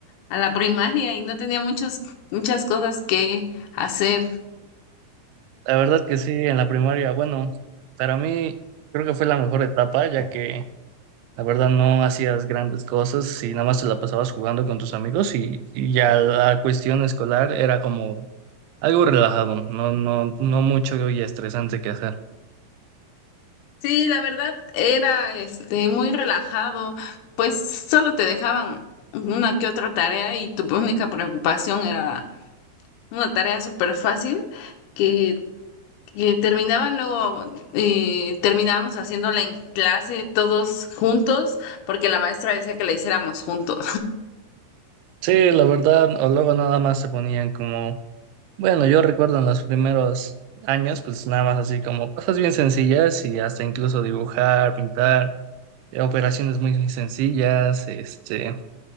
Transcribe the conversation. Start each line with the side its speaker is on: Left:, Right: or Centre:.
Left: a la primaria y no tenía muchos, muchas cosas que hacer.
Right: La verdad que sí, en la primaria, bueno, para mí creo que fue la mejor etapa, ya que la verdad no hacías grandes cosas y nada más te la pasabas jugando con tus amigos y, y ya la cuestión escolar era como algo relajado, no, no, no mucho y estresante que hacer.
Left: Sí, la verdad, Era este muy relajado, pues solo te dejaban una que otra tarea y tu <laughs> única preocupación era una tarea súper fácil que, que terminaban luego, eh, terminábamos haciéndola en clase todos juntos porque la maestra decía que la hiciéramos juntos.
Right: Sí, la verdad, o luego nada más se ponían como Bueno, yo recuerdo en los primeros años, pues nada más así como cosas bien sencillas y hasta incluso dibujar, pintar, eh, operaciones muy sencillas, este,